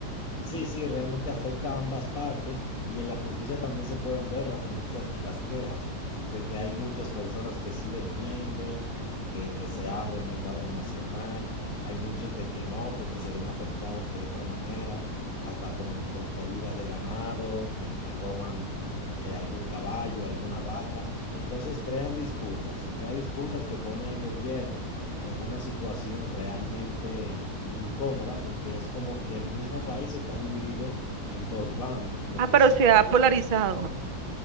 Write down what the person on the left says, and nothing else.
Sí, sí, realmente afecta a ambas partes y en las noticias también se pueden ver las denuncias y las quejas de que hay muchas personas que sí defienden que, que se abre el mercado binacional, hay muchos de que no porque se ven afectados de otra manera, hasta con, con pérdida de ganado, de- le roban eh, algún caballo, alguna vaca, entonces crean disputas, se crean disputas que pone al gobierno en una situación realmente incómoda porque es como que el mismo país está dividido en dos bandos, lo
que
sí
quieren,